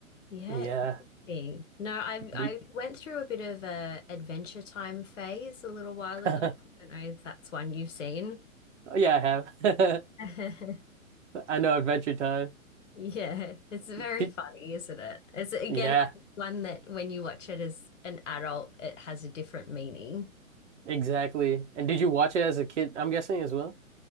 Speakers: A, on the left (about 60°); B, on the right (about 55°).
A: Yeah,
B: Yeah,
A: Interesting. No, I
B: Do-
A: I went through a bit of a adventure time phase a little while
B: <laughs>
A: ago. I don't know if that's one you've seen.
B: Oh, yeah, I have.
A: <laughs>
B: <laughs> I know Adventure Time.
A: Yeah, it's very
B: Did,
A: funny, isn't it? It's again
B: yeah,
A: like one that when you watch it as an adult, it has a different meaning.
B: exactly. And did you watch it as a kid? I'm guessing as well.